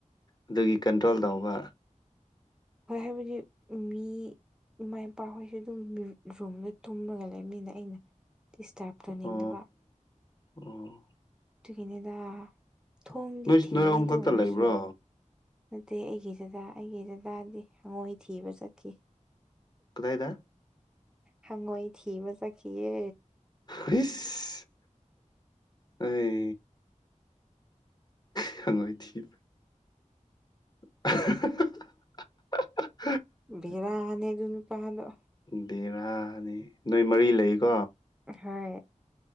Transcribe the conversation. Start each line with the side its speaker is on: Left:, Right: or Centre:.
Left: ꯑꯗꯨꯒꯤ ꯀꯟꯇ꯭ꯔꯣꯜ ꯇꯧꯕ
Centre: ꯍꯣꯏ ꯍꯥꯏꯕꯗꯤ ꯃꯤ ꯏꯃꯥ ꯏꯄꯥꯍꯣꯏꯁꯨ ꯑꯗꯨꯝ ꯔꯨꯝꯗ ꯇꯨꯝꯃꯒ ꯂꯩꯕꯅꯤꯅ ꯑꯩꯅ ꯗꯤꯁꯇꯔꯕ ꯇꯧꯅꯤꯡꯗꯕ
Left: ꯑꯣ ꯑꯣ
Centre: ꯑꯗꯨꯨꯒꯤꯅꯤꯗꯥ ꯊꯣꯡꯗꯤ
Left: ꯅꯣꯏ
Centre: ꯊꯤꯡꯉꯦ
Left: ꯅꯣꯏ ꯑꯍꯨꯝ
Centre: ꯑꯗꯨꯑꯣꯏꯔꯁꯨ
Left: ꯈꯛꯇ ꯂꯩꯕ꯭ꯔꯣ
Centre: ꯅꯠꯇꯦ ꯑꯩꯒꯤ ꯗꯥꯗꯥ ꯑꯩꯒꯤ ꯗꯥꯗꯥꯗꯤ ꯃꯣꯏ ꯊꯤꯕ ꯆꯠꯈꯤ
Left: ꯀꯗꯥꯏꯗ
Centre: ꯍꯪꯉꯣꯏ ꯊꯤꯕ ꯆꯠꯈꯤꯌꯦ
Left: ꯍꯤꯁ ꯑꯦ ꯈꯪꯉꯣꯏ ꯊꯤꯕꯥ <unintelligible>
Centre: ꯕꯦꯔꯥꯅꯦ ꯑꯗꯨ ꯅꯨꯄꯥꯗꯣ
Left: ꯕꯦꯔꯥꯅꯦ ꯅꯣꯏ ꯃꯔꯤ ꯂꯩꯀꯣ
Centre: ꯍꯣꯏ